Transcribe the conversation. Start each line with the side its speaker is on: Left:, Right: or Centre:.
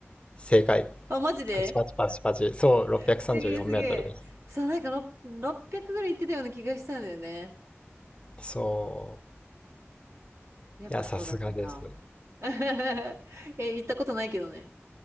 Left: 正解。
Right: あ、マジで
Left: パチパチパチパチ。そう、634メートルです。
Right: <laughs> すげえすげえ。そう、なんか6 600ぐらい行ってたような気がしたんだよね。
Left: そう。
Right: やっぱそうだったか。
Left: いや、さすがです。
Right: <laughs> え、行ったことないけどね。